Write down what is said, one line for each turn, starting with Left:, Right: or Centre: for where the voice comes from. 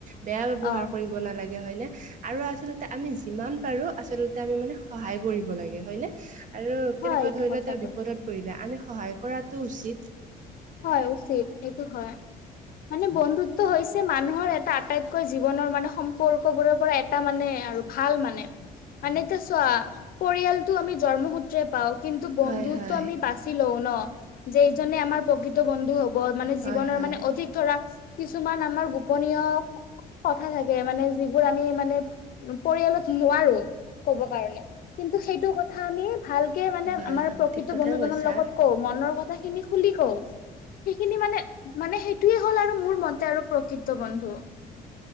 Right: ‌বেয়া ব্ৱহাৰ
Left: অ
Right: কৰিব নালাগে হয়নে? আৰু আচলতে আমি যিমান পাৰো আচলতে আমি মানে সহায় কৰিব লাগে হয়নে? আৰু
Left: হয়
Right: কেনেকুৱা
Left: এইটো
Right: ধৰিল
Left: কথাটো
Right: তেওঁ বিপদত পৰিলে, আমি সহায় কৰাটো উচিত।
Left: হয় উচিত, এইটো হয়। ‌মানে বন্ধুত্ব হৈছে মানুহৰ এটা আটাইতকৈ জীৱনৰ মানে সম্পৰ্ক বোৰৰ পৰা এটা মানে আৰু ভাল মানে মান ত চোৱা পৰিয়ালটো আমি জন্মসূত্ৰে পাওঁ। কিন্তু বন্ধুত্ব
Right: হয় হয়
Left: আমি বাচি লওঁ ন! যে এইজনে আমাৰ প্ৰকৃ ত বন্ধু হব মানে
Right: হয়
Left: জীৱনৰ
Right: হয়
Left: মানে অধিক ধৰা কিছুমান আমাৰ গোপনীয় কথা থাকে, মানে যিবোৰ আমি মানে পৰিয়ালত নোৱাৰো। ক'ব কাৰণে, কিন্তু সেইটো কথা আমি ভালকে মানে
Right: হয়
Left: আমাৰ
Right: হয়
Left: প্ৰকৃত
Right: ঠিক কথাই
Left: বন্ধু
Right: কৈছা
Left: জনৰ লগত কওঁ। মনৰ কথা খিনি খুলি কওঁ। সেইখিনি মানে, মানে সেইটোয়ে হ'ল আৰু মোৰ মতে আৰু প্ৰকৃত বন্ধু।